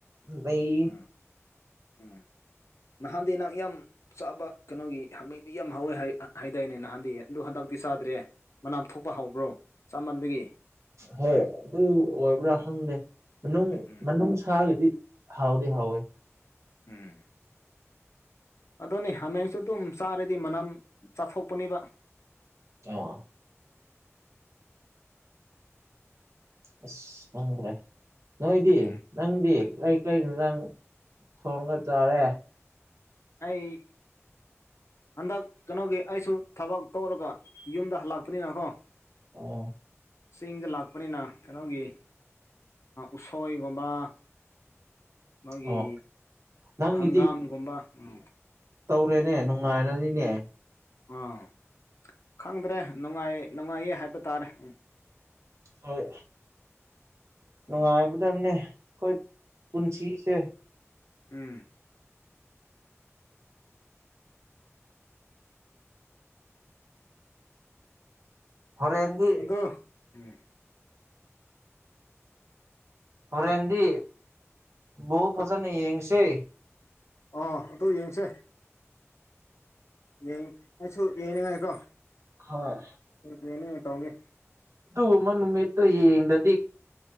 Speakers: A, on the right; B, on the left.
A: ꯂꯩ
B: ꯎꯝ ꯎꯝ ꯅꯍꯥꯟꯗꯤ ꯅꯪ ꯌꯝ ꯆꯥꯕ ꯀꯩꯅꯣꯒꯤ ꯍꯥꯃꯦꯡꯗꯤ ꯌꯥꯝ ꯍꯥꯎꯋꯦ ꯍꯥꯏ ꯍꯥꯏꯗꯥꯏꯅꯦ ꯅꯍꯥꯟꯗꯤ ꯑꯗꯨ ꯍꯟꯗꯛꯇꯤ ꯆꯥꯗ꯭ꯔꯦ ꯃꯅꯥꯝ ꯊꯣꯛꯄ ꯍꯧꯕ꯭ꯔꯣ ꯆꯥꯃꯟꯕꯒꯤ
A: ꯍꯣꯏ ꯑꯗꯨ ꯑꯣꯏꯕ꯭ꯔꯥ ꯈꯪꯗꯦ ꯃꯅꯨꯡ
B: ꯎꯝ
A: ꯃꯅꯨꯡ ꯁꯥꯒꯤꯗꯤ ꯍꯥꯎꯗꯤ ꯍꯥꯎꯋꯦ
B: ꯎꯝ ꯑꯗꯨꯅꯦ ꯍꯥꯃꯦꯡꯁꯨ ꯑꯗꯨꯝ ꯆꯥꯔꯗꯤ ꯃꯅꯝ ꯆꯥꯊꯣꯛꯄꯅꯦꯕ
A: <unintelligible> ꯑꯁ ꯈꯪꯗ꯭ꯔꯦ ꯅꯣꯏꯗꯤ
B: ꯎꯝ
A: ꯅꯪꯗꯤ ꯑꯩ ꯀꯩ ꯏꯟꯖꯥꯡ ꯊꯣꯡꯒ ꯆꯥꯔꯦ
B: ꯑꯩ ꯍꯟꯗꯛ ꯀꯩꯅꯣꯒꯤ ꯑꯩꯁꯨ ꯊꯕꯛ ꯇꯧꯔꯒ ꯌꯨꯝꯗ ꯍꯜꯂꯛꯄꯅꯤꯅꯀꯣ
A: ꯑꯣ
B: ꯆꯤꯡꯗ ꯂꯥꯛꯄꯅꯤꯅ ꯀꯩꯅꯣꯒꯤ ꯎꯁꯣꯏꯒꯨꯝꯕ ꯃꯣꯏꯒꯤ
A: ꯑꯣ ꯅꯪꯒꯤꯗꯤ
B: ꯍꯪꯒꯥꯝꯒꯨꯝꯕ ꯎꯝ
A: ꯇꯧꯔꯦꯅꯦ ꯅꯨꯡꯉꯥꯏꯔꯅꯤꯅꯦ
B: ꯑꯥ ꯈꯪꯗ꯭ꯔꯦ ꯅꯨꯡꯉꯥꯏ ꯅꯨꯡꯉꯥꯏꯌꯦ ꯍꯥꯏꯕ ꯇꯥꯔꯦ ꯎ
A: ꯍꯣꯏ ꯅꯨꯡꯉꯥꯏꯒꯗꯕꯅꯦ ꯑꯩꯈꯣꯏ
B: ꯎꯝ
A: ꯄꯨꯟꯁꯤꯁꯦ
B: ꯎꯝ
A: ꯍꯣꯔꯦꯟꯗꯤ <inaudible>
B: ꯑꯗꯨ ꯎꯝ
A: ꯍꯔꯦꯟꯦꯟꯗꯤ ꯕꯣꯜ ꯐꯖꯅ ꯌꯦꯡꯁꯦ
B: ꯑꯥ ꯑꯗꯨ ꯌꯦꯡꯁꯦ ꯌꯦꯡ ꯑꯩꯁꯨ ꯌꯦꯡꯅꯤꯡꯉꯥꯏꯀꯣ
A: ꯍꯣꯏ
B: ꯇꯣꯏ ꯇꯣꯏꯅ ꯇꯧꯅꯦ
A: ꯑꯗꯨꯒꯨꯝꯕ ꯅꯨꯃꯤꯠꯇꯣ ꯌꯦꯡꯗꯗꯤ